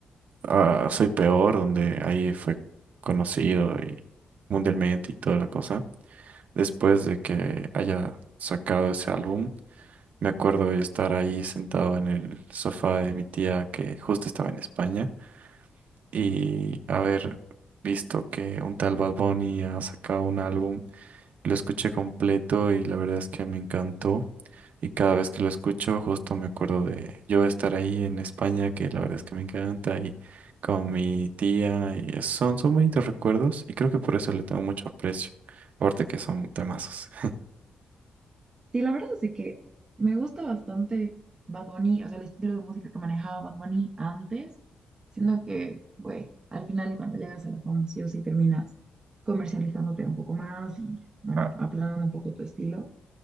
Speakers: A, on the right; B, on the right.
A: a Soy Peor, donde ahí fue conocido y mundialmente y toda la cosa. Después de que haya sacado ese álbum, me acuerdo de estar ahí sentado en el sofá de mi tía que justo estaba en España y haber visto que un tal Bad Bunny ha sacado un álbum lo escuché completo y la verdad es que me encantó. Y cada vez que lo escucho, justo me acuerdo de yo estar ahí en España, que la verdad es que me encanta, y con mi tía, y es- son, son bonitos recuerdos, y creo que por eso le tengo mucho aprecio. Aparte que son temazos.
B: Sí, la verdad es de que me gusta bastante Bad Bunny, o sea, el estilo de música que manejaba Bad Bunny antes, siendo que, güey, al final cuando llegas a la fama, sí o sí terminas comercializándote un poco más y, bueno,
A: Ah,
B: aplanando un poco tu estilo.